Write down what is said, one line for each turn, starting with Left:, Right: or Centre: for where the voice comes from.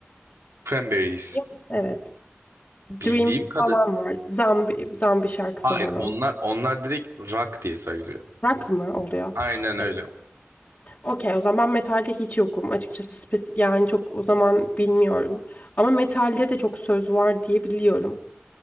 Right: Cranberries.
Left: Yok. Evet. Dream
Right: Bildiğim kadı.
Left: falan var. Zambi, zambi şarkısı
Right: Hayır
Left: falan.
Right: onlar onlar direkt rock diye sayılıyor.
Left: Rock mı oluyor?
Right: Aynen öyle.
Left: Ee, okey o zaman ben metalde hiç yokum. Açıkçası spes- yani çok o zaman bilmiyorum. Ama metalde de çok söz var diye biliyorum.